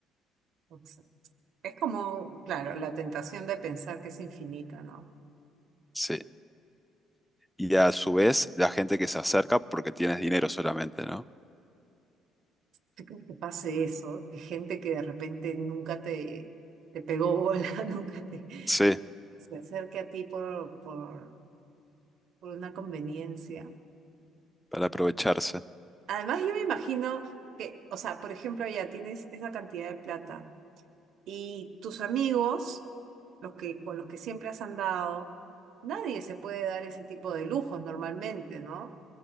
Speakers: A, on the right; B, in the centre.
A: exacto. Es como, claro, la tentación de pensar que es infinita, ¿no?
B: Sí. Y a su vez, la gente que se acerca porque tienes dinero solamente, ¿no?
A: ¿Tú crees que pase eso? Que gente que de repente nunca te, te pegó bola, <laughs> nunca te
B: Sí,
A: se acerque a ti por, por, por una conveniencia.
B: para aprovecharse.
A: Además, yo me imagino que, o sea, por ejemplo, ya tienes esa cantidad de plata y tus amigos, los que, con los que siempre has andado, nadie se puede dar ese tipo de lujos normalmente, ¿no?